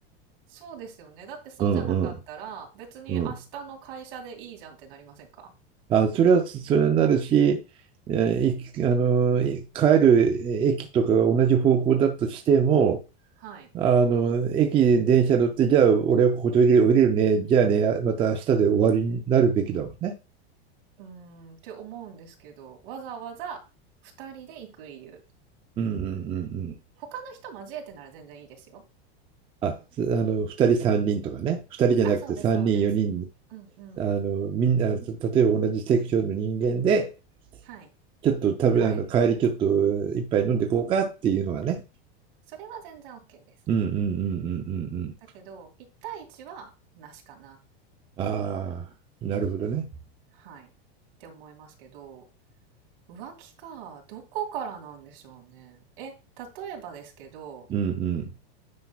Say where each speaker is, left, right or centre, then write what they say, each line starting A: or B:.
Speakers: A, on the right (about 55°); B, on the right (about 15°).
A: そうですよね。だってそうじゃなかったら、
B: うんうん
A: 別に明日の会社でいいじゃんってなりませんか？
B: うん。あ、それはそれになるし、えいあの、い帰る駅とかが同じ方向だとしても、
A: はい。
B: あの、駅、電車乗って、じゃあ俺はここで降りる降りるね、じゃあね、また明日で終わりになるべきだもんね。
A: うーん、って思うんですけど、わざわざ2人で行く理由。
B: うんうんうんうん。
A: 他の人交えてなら全然いいですよ。
B: あ、すあの、2人3人とかね、2人じゃなくて3人4人、
A: あ、そうですそうです。うんうん。
B: あの、みんな、例えば同じセクションの人間で、
A: はい。
B: ちょっと食べ、
A: 帰りに。
B: あの、帰りちょっと一杯飲んでこうかっていうのがね。
A: うん。それは全然オッケーです。
B: うんうんうんうんうんうん
A: だけど、1対1はなしかな。
B: ああ、なるほどね。
A: はい。って思いますけど。浮気か。どこからなんでしょうね。え、例えばですけど、
B: うんうん。